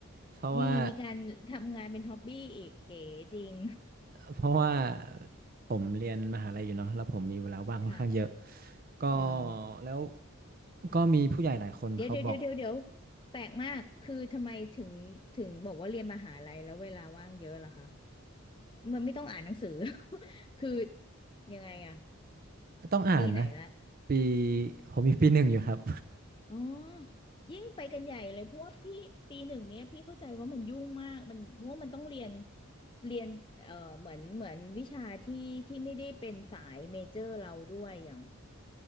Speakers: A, on the right; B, on the left.
A: เพราะว่า
B: นี่มีการทำงานเป็นฮ็อบบี้อีกเก๋จริง
A: เพราะว่าผมเรียนมหาลัยอยู่เนาะแล้วผมมีเวลาว่างค่อนข้างเยอะ
B: <laughs> ค่ะ
A: ก็
B: เออ
A: แล้วก็มีผู้ใหญ่หลายคนเขาบอก
B: เดี๋ยวเดี๋ยวเดี๋ยวเดี๋ยวเดี๋ยวแปลกมากคือทำไมถึงถึงบอกว่าเรียนมหาลัยแล้วเวลาว่างเยอะล่ะคะมันไม่ต้องอ่านหนังสือ <laughs> คือยังไงอะ
A: ต้องอ่านนะ
B: ปีไหนละ
A: ปีผมมีปีหนึ่งอยู่ครับ
B: อ๋อยิ่งไปกันใหญ่เลยเพราะว่าพี่ปีหนึ่งเนี้ยพี่เข้าใจว่ามันยุ่งมากมันเพราะว่ามันต้องเรียนเรียนเอ่อเหมือนเหมือนวิชาที่ที่ไม่ได้เป็นสายเมเจอร์เราด้วยอย่าง